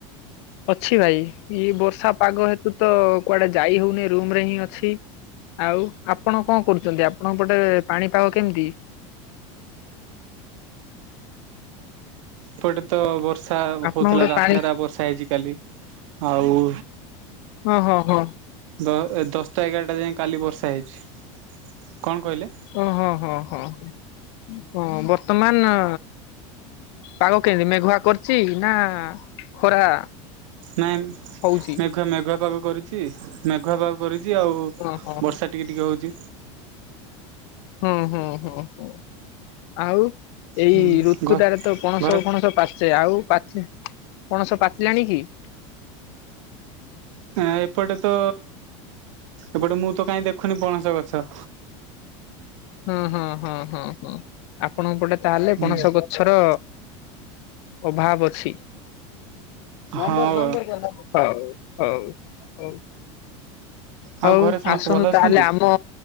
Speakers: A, on the left; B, on the right.
A: ଅଛି ଭାଇ। ଇଏ ବର୍ଷା ପାଗ ହେତୁ ତ କୁଆଡେ ଯାଇ ହଉନି। ରୁମ ରେ ହିଁ ଅଛି। ଆଉ ଆପଣ କଣ କରୁଚନ୍ତି? ଆପଣଙ୍କ ପଟେ ପାଣିପାଗ କେମିତି?
B: ଏପଟେ ତ ବର୍ଷା
A: ଆପଣ
B: ହଉଥିଲା।
A: ଗୋଟେ
B: ରାତି
A: ପାଣି
B: ସାରା ବର୍ଷା ହେଇଛି କାଲି। ଆଉ
A: ହଁ ହଁ ହଁ।
B: ଦ ଦଶଟା ଏଗାରଟା ଯାଏ କାଲି ବର୍ଷା ହେଇଛି। କଣ କହିଲେ?
A: ଓହୋ ହଁ ହଁ ହଁ ବର୍ତ୍ତମାନ ଆ ପାଗ କେମତି ମେଘୁଆ କରିଛି ନା ଖରା?
B: ନାଇଁ
A: ହଉଛି
B: ମେଘୁଆ ମେଘୁଆ ପାଗ କରିଚି। ମେଘୁଆ ପାଗ କରିଚି ଆଉ
A: ହଁ ହଁ
B: ବର୍ଷା
A: ହଁ
B: ଟିକେ ଟିକେ ହଉଚି।
A: ହଁ ହଁ ହଁ ହଁ। ଆଉ ଏଇ
B: ହୁଁ
A: ଋତୁଟାରେ
B: ଘ
A: ତ ପଣସ
B: ଘରେ
A: ଫଣସ ପାଚେ ଆଉ ପାଚି ପଣସ ପାଚିଲାଣି କି?
B: ନା ଏପଟେ ତ ଏପଟେ ମୁଁ ତ କାଇଁ ଦେଖୁନି ପଣସ ଗଛ।
A: ହଁ ହଁ ହଁ ହଁ ହଁ ଆପଣଙ୍କ ପଟେ ତାହେଲେ
B: ହୁଁ
A: ପଣସ ଗ ଛର ଅଭାବ ଅଛି। ହୋଉ
B: ହଉ
A: ହୋଉ ହୋଉ। ହଉ
B: ଆଉ ଘରେ ସମସ୍ତେ
A: ଆସନ୍ତୁ
B: ଭଲ
A: ତାହେଲେ
B: ଅଛନ୍ତି?
A: ଆମ